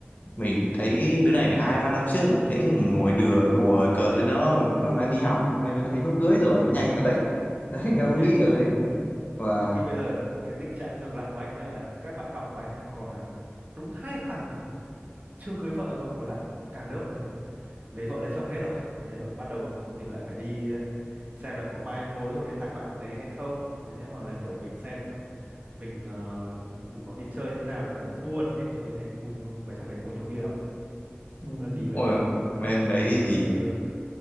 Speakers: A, on the left; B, on the right.
A: mình thấy đứa này hai ba năm trước mình thấy ngồi đùa đùa cợt với nó cũng còn đang đi học hôm nay nó thấy nó cưới rồi nhanh thật đấy <laughs> đấy em
B: quá
A: cũng
B: nhanh
A: nghĩ
B: luôn
A: kiểu thế và
B: trong khi bây giờ cái tình trạng ngược lại của anh nhé là các bạn học của anh nhé còn lại đúng hai thằng chưa cưới vợ thôi còn lại cả lớp là lấy vợ lấy chồng hết rồi đấy và bắt đầu vợ- mình lại phải đi ờ, xem là có mai mối cho cái thằng bạn đấy hay không đấy hoặc là kiểu mình xem mình ờ, rủ nó đi chơi thế nào để nó đỡ buồn ấy kiểu như thế ui nhưng mà mấy thằng đấy uống nhiều bia lắm
A: ừ,
B: một lần đi với
A: ôi
B: nó là kiểu uống rất
A: bên đấy
B: rất
A: thì
B: nhiều bia luôn